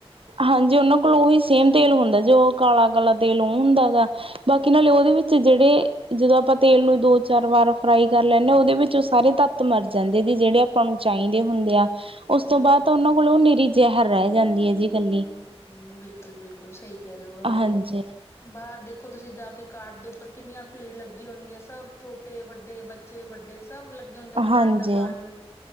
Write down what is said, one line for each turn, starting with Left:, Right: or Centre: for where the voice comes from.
Right: ਹਾਂਜੀ, ਉਹਨਾਂ ਕੋਲ ਉਹੀ ਸੇਮ ਤੇਲ ਹੁੰਦਾ, ਜੋ ਕਾਲਾ ਕਾਲਾ ਤੇਲ ਉਹ ਹੁੰਦਾ ਹੈਗਾ। ਬਾਕੀ ਨਾਲੇ ਉਹਦੇ ਵਿੱਚ ਜਿਹੜੇ ਜਦੋਂ ਆਪਾਂ ਤੇਲ ਨੂੰ ਦੋ, ਚਾਰ ਵਾਰ ਫਰਾਈ ਕਰ ਲੈਂਦੇ ਹਾਂ। ਉਹਦੇ ਵਿੱਚ ਉਹ ਸਾਰੇ ਤੱਤ ਮਰ ਜਾਂਦੇ ਜ ਜਿਹੜੇ - ਆਪਾਂ ਨੂੰ ਚਾਹੀਦੇ ਹੁੰਦੇ ਆ,
Left: ਬਿਲਕੁਲ-ਬਿਲਕੁਲ।
Right: ਉਸ ਤੋਂ ਬਾਅਦ ਤਾਂ ਉਹਨਾਂ ਕੋਲੋਂ ਉਹ ਨਿਰੀ ਜ਼ਹਿਰ ਰਹਿ ਜਾਂਦੀ ਹੈ ਜੀ। ਇਕੱਲੀ।
Left: ਹੂ ਬਿਲਕੁਲ, ਬਿਲਕੁਲ ਸਹੀ ਕਹਿ ਰਹੇ ਹੋਨ
Right: ਹਾਂਜੀ,
Left: ਬਾਹਰ ਦੇਖੋ, ਤੁਸੀਂ ਜਾ ਕੇ ਕਾਰਟ ਦੇ ਉੱਪਰ ਕਿੰਨੀਆਂ ਭੀੜ ਲੱਗੀ ਹੋਣਗੀਆਂ ਸਭ ਛੋਟੇ ਵੱਡੇ ਬੱਚੇ ਵੱਡੇ ਸਭ ਲੱਗੇ ਹੁੰਦੇ, ਬਾਜ਼ਾਰ
Right: ਹਾਂਜੀ,
Left: ਦਾ ਖਾਣ ਨੂੰ